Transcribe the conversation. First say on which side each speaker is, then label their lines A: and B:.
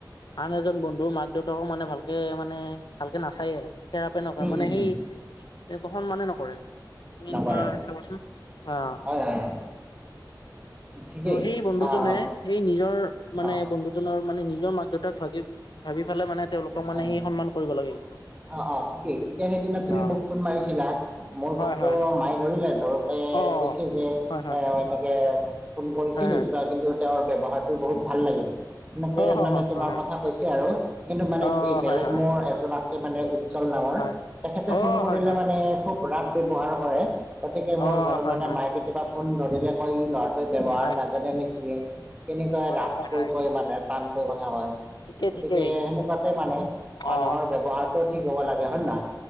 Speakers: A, on the left; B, on the right.
A: আন এজন বন্ধু মাক দেউতাকো মানে ভালকে মানে ভালকে নাচায়েই। কেৰাপে নকৰে
B: উম
A: মানে
B: উম
A: সেই
B: উম
A: এনেুৱ সন্মানে নকৰে। তুমি এনেকুৱা
B: নকৰে
A: চাবাচোন আহ
B: হয় হয় হয় ঠিকেই
A: ত সেই বন্ধুজনে
B: আহ
A: সেই নিজৰ মানে
B: অ
A: বন্ধুজনৰ মানে নিজৰ মাক-দেউতাক ভাবি, ভাবি ফালে মানে তেওঁলোকক
B: হয়
A: মানে সি
B: হয়।
A: সন্মান কৰিব লাগে কিন্তু
B: অ', -অ' ঠিকেই, এতিয়া সেইদিনত তুমি
A: অ
B: মোক ফোন মাৰিছিলা। মোৰ
A: হয়
B: ফোনটো
A: হয় হয়
B: মায়ে ধৰিলে ধৰ
A: অ
B: কৈছে যে
A: হয় হয়
B: এ এনেকে ফোন কৰিছিল
A: হয় হয়
B: বা কিন্তু তেওঁৰ ব্যৱহাৰটো বহুত ভাল লাগিল, সেনেকে
A: অ হ
B: মানে
A: হ
B: তোমাৰ
A: হয় হয়
B: কথা কৈছে আৰু কিন্তু মানে
A: অ
B: এই বেলেগ
A: হয় হয়
B: মৰ এজন আছে মানে উজ্জ্বল নামৰ,
A: হয়
B: তেখেতে
A: অ
B: ফোন কৰিলে
A: হয় হয়
B: মানে
A: হয়
B: খুব ৰাপ ব্যৱহাৰ কৰে, গতিকে মোৰ
A: অ
B: ঘৰত
A: হয়
B: মানে
A: হয়
B: মায়ে কেতিয়াবা ফোন ধৰিলে কয় ই ল'ৰা ব্যৱহাৰ
A: হয়
B: নাজানে নে কি কেনেকৈ
A: হয়
B: ৰাফ
A: হয়
B: কৈ
A: হয়
B: কয়, মানুহে টান কৈ কথা কয়
A: ঠিকেই
B: গতিকে
A: ঠিকেই
B: সেনেকুৱা মানে মানুহৰ
A: অ
B: ব্যৱহাৰটো ঠিক হ'ব লাগে হয় নে নহয়?